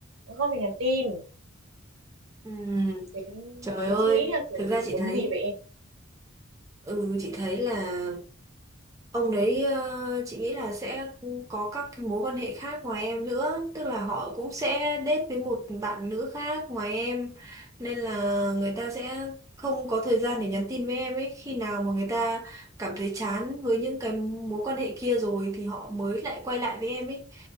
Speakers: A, on the right (about 70°); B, on the right (about 15°).
A: nó không hề nhắn tin
B: Ừ,
A: thế,
B: trời
A: thì
B: ơi,
A: chị nghĩ là kiểu
B: thực ra chị
A: muốn
B: thấy,
A: gì vậy em
B: ừ chị thấy là Ông đấy ờ, chị nghĩ là sẽ có các cái mối quan hệ khác ngoài em nữa, tức là họ cũng sẽ date với một bạn nữ khác ngoài em nên là người ta sẽ không có thời gian để nhắn tin với em ấy, khi nào mà người ta cảm thấy chán với những cái mối quan hệ kia rồi thì họ mới lại quay lại với em ấy.